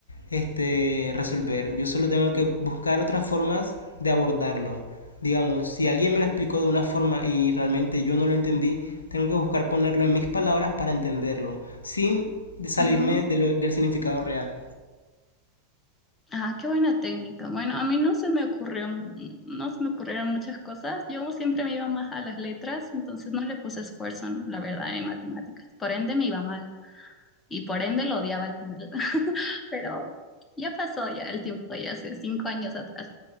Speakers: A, on the left (about 75°); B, on the left (about 20°).
A: este resolver. Yo solo tengo que buscar otras formas de abordarlo. Digamos, si alguien me lo explicó de una forma y realmente yo no lo entendí, tengo que buscar ponerlo en mis palabras para entenderlo, sin salirme
B: ujú.
A: de lo- del significado real.
B: Ah, qué buena técnica. Bueno, a mí no se me ocurrió, mm, no se me ocurrieron muchas cosas. Yo siempre me iba más a las letras, entonces no le puse esfuerzo, la verdad, en matemáticas. Por ende, me iba mal y por ende lo odiaba al final. pero ya pasó ya el tiempo, ya hace cinco años atrás.